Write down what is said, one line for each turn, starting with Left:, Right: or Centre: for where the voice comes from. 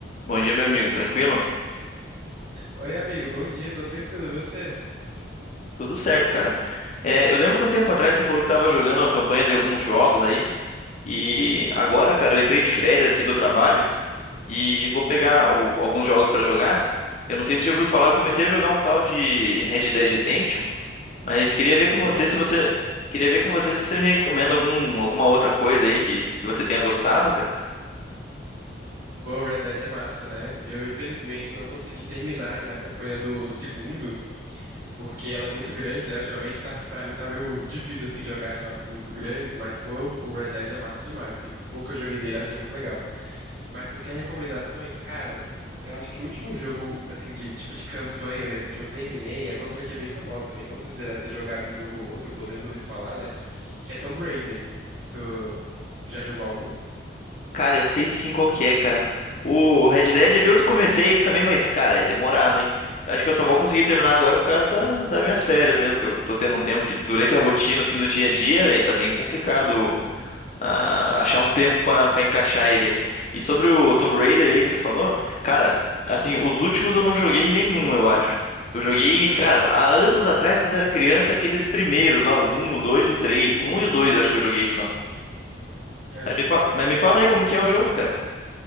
Left: Bom dia, meu amigo. Tranquilo?
Right: Oi, amigo, bom dia, tô tranquilo, e você?
Left: Tudo certo, cara. É, eu lembro que um tempo atrás você falou que estava jogando a campanha de alguns jogos aí. E agora, cara, eu entrei de férias aqui do trabalho e vou pegar o- alguns jogos pra jogar. Eu não sei se você já ouviu falar, eu comecei a jogar um tal de Red Dead Redemption, mas queria ver
Right: Pô,
Left: com você
Right: já
Left: se você
Right: ouvi.
Left: queria ver com você se você me recomenda algum, alguma outra coisa aí que, que você tenha gostado, cara.
Right: Pô, Red Dead é massa, né? Eu, infelizmente, não consegui terminar ainda a campanha do, do segundo, porque ela é muito grande, né? Ultimamente, tá, pra mim, tá meio difícil, assim, jogar jogos muito grandes, mas, pô, o Red Dead é massa demais, assim, o pouco que eu joguei dele, eu achei muito legal. Mas tu quer recomendações? Cara, eu acho que o último jogo, assim, de tipo de campanha mesmo que eu terminei é de uma franquia bem famosa também. Com certeza você já deve ter jogado um jogo ou outro, ou pelo menos ouvido falar, né? Que é Tomb Raider. Tu, tu já jogou algum?
Left: Cara, eu sei sim qual que é, cara. O Red Dead ali eu comecei ele também, mas, cara, é demorado, hein? Eu acho que eu só vou conseguir terminar agora por causa da, das minhas férias mesmo, que eu tô tendo um tempo que durante a rotina, assim, do dia a dia, velho, tá bem complicado ah, achar um tempo pra pra encaixar ele aí. E sobre o Tomb Raider aí que você falou, cara, assim, os últimos eu não joguei nenhum, eu acho. Eu joguei,
Right: Aham,
Left: cara, há anos atrás, quando era criança, aqueles primeiros lá, o 1, o 2 e o 3. O 1 e o 2 eu acho que eu joguei só.
Right: aham.
Left: Mas me fa- mas me fala aí como que é o jogo, cara.